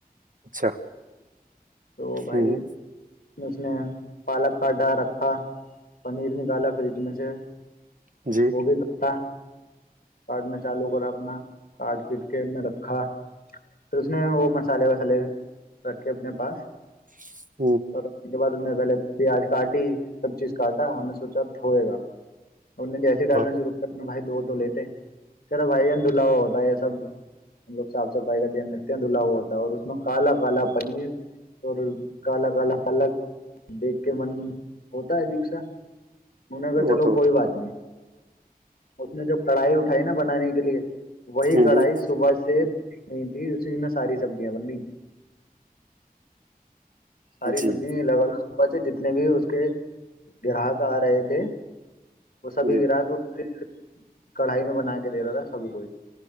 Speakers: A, on the right; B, on the left.
A: اچھا
B: تو بھائی
A: ہوں
B: <inaudible> پالک کاٹا رکھا پنیر نکالا فریج میں سے
A: جی
B: وہ بھی کاٹا کاٹنا چالو کرا اپنا کاٹ پیٹ کے میں رکھ کھا پھر اس نے وہ مسالے وسالے رکھے اپنے پاس
A: <inaudible>
B: اور اس کے بعد میں پہلے پیاز کاٹیی سب چیز کاٹا ہم نے سوچا ہوئے گا انہ نے جیسے ڈالنا
A: ہاں
B: شرو کرا نا بھائی دو لیتے کہہ رہا بھائی یار دہلہا ہوا ہوتا یہ سب ہم لوگ س صفائی کا دھیان رکھتے ہیں دھلا ہوا ہوتا ہے اور اس میں کالا کالا پنیر اور کالا کالا لگ دیکھ کے من ہوتا ہے عجیب سا ان نے کہا چلو
A: وہ تو ہوتا
B: کوئی بات نہیں اس نے جو کڑھائی اٹھائی نا بنانے کے لیے وہی
A: ہوں
B: کڑھائی
A: ہوں
B: صبح سے نہیں اس بھی میں ساری سبزیا بن رہی ساری
A: جی
B: سبزی <inaudible> لگاو بچے جتنے بھی اس کہ گراہک آ رہے تھے وہ سبھی
A: جی
B: گراہک کڑھائی میں بنا کے دے رہا تھا سب کوھ